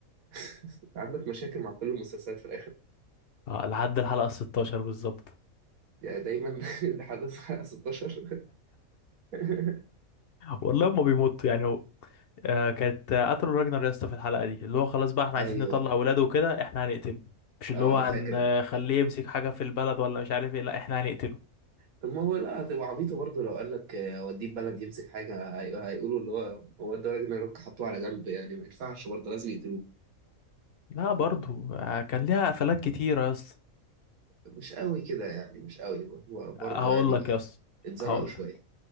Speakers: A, on the right; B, on the left.
A: <laughs> انت عندك مشاكل مع كل المسلسلات في الاخر
B: آه، لحد الحلقة 16 بالظبط
A: يعني دايما <laughs> لحد الساعه 16 <laughs>
B: والله هما بيموتوا يعني هو آه كانت آه، قتلوا راجنر يا اسطى في الحلقة دي اللي هو خلاص بقى احنا عايزين
A: ايوه
B: نطلع اولاده وكده احنا هنقتله مش اللي
A: اه
B: هو
A: انا
B: هنخليه
A: فاكر
B: يمسك حاجة في البلد ولا مش عارف ايه لا احنا هنقتله
A: طب ما هو لا هتبقى عبيطة برضه لو قال لك آه، اوديه بلد يمسك حاجة هي- هيقولوا اللي هو هو ادى راجل نيرويورك حطوه على جنب يعني ما ينفعش برضه لازم يقتلوه
B: لا برضو آه كان ليها قفلات كتيرة يا اسطى
A: مش قوي كده يعني مش قوي هو برضه
B: هقول
A: يعني
B: لك يا اسطى
A: اتزنقوا
B: هقول
A: شوية
B: لك